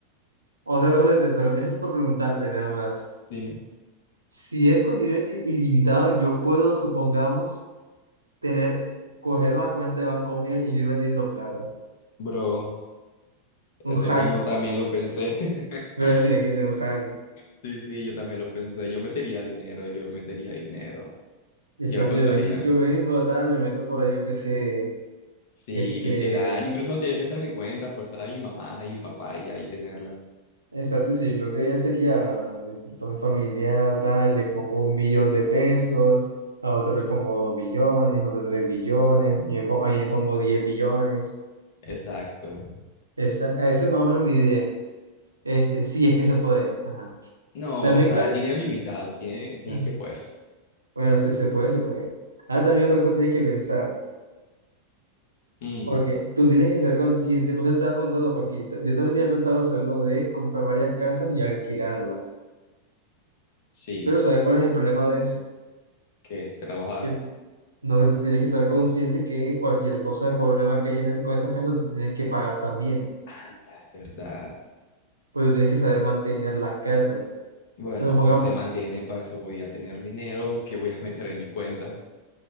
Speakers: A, on the right (about 80°); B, on the left (about 50°).
A: Otra cosa que te, pre- eso es por preguntarte nada más.
B: dime.
A: Si es con dinero ili- ilimitado, yo puedo, supongamos tener, coger la cuenta de Bancomia y ir metiendo plata.
B: Bro, Eso
A: Un hack,
B: mismo también lo pensé. <laughs>
A: pero tiene que ser un hack.
B: Sí, sí, yo también lo pensé. Yo metería dinero, yo metería dinero.
A: Exacto,
B: Yo lo contaría.
A: yo vengo, yo vengo, tal, me meto por ahí, yo qué sé,
B: Sí,
A: este,
B: literal. Incluso no tenía que hacer mi cuenta, pues estar a mi mamá, a mi papá y ya y tenerla.
A: exacto, y si yo lo que haría sería, de pronto un familiar, tal, le pongo un billón de pesos, a otro le pongo dos billones, otro tres billones, ahí le pongo, ahí le pongo diez billones.
B: Exacto.
A: Esa, esa es más o menos mi idea. Este, sí, es que se puede. Ajá.
B: No,
A: También,
B: o sea,
A: cuál-
B: dinero limitado. Tiene, tiene
A: ajá.
B: que poderse.
A: bueno, si se puede, se puede. Ah, también otra cosa que tienes que pensar.
B: Mm,
A: Porque tú tienes que ser consciente, pues te estaba preguntando, porque yo, ta- yo también tenía pensado hacerlo de comprar varias casas y alquilarlas.
B: sí,
A: Pero ¿sabes cuál es el problema de eso?
B: que trabajar.
A: Que no, que tú tienes que ser consciente que cualquier cosa de problema que haya en ese- con esas casas, tú tienes que pagar también.
B: Anda, ¿verdad?
A: Pues tú tienes que saber mantener las casas.
B: Bueno,
A: O sea, supongamos,
B: pues se mantiene, para eso voy a tener dinero que voy a meter en mi cuenta.